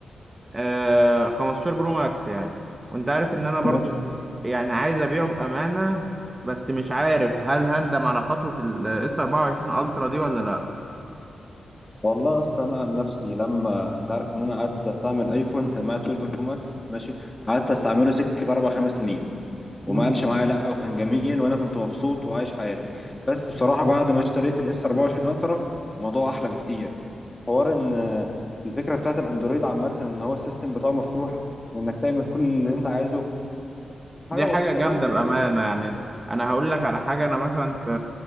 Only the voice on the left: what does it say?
أنا-
والله يا اسطى انا عن نفسي لما انت عارف ان انا قعدت استعمل ايفون 8 12 برو ماكس ماشي قعدت استعمله سكه اربع خمس سنين وما
قالش معايا لا وكان جميل وانا كنت مبسوط وعايش حياتي بس بصراحه بعد ما اشتريت الاس 24 الترا الموضوع احلى بكتير حوار ان آه، الفكره بتاعت الاندرويد عامه ان هو السيستم بتاعه مفتوح وانك تعمل كل اللي انت عايزه
حاجه
بسيطه
قوي زي
نقل